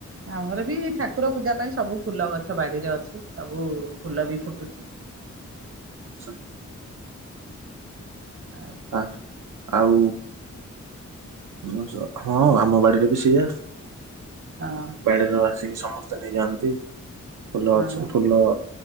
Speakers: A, on the right; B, on the right.
A: ଆମର ବି ଠାକୁର ପୂଜା ପାଇଁ ସବୁ ଫୁଲ ଗଛ ବାଡ଼ିରେ ଅଛି ସବୁ ଫୁଲ ବି ଫୁଟୁଛି।
B: ଛ
A: ଆଉ
B: ଆ ଆଉ <unintelligible> ହଁ ଆମ ବଡ଼ିରେ ବି ସେଇଆ।
A: ହଁ।
B: <unintelligible> ଆସିକି ସମସ୍ତେ ନେଇଯାଆନ୍ତି ଫୁଲ
A: ହଁ
B: ଅଛି ଫୁଲ